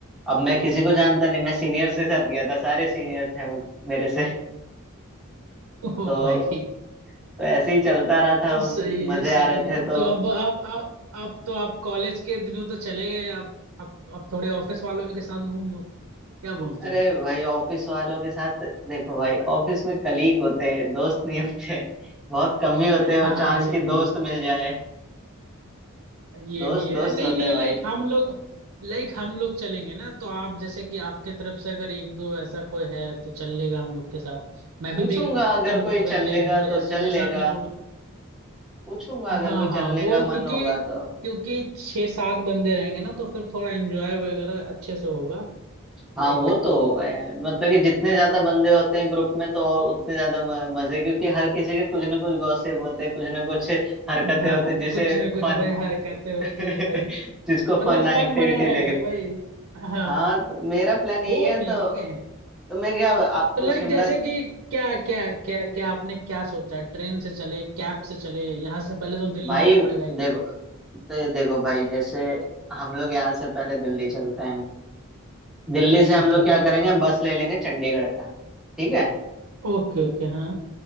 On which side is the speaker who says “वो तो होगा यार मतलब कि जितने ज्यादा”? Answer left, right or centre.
Centre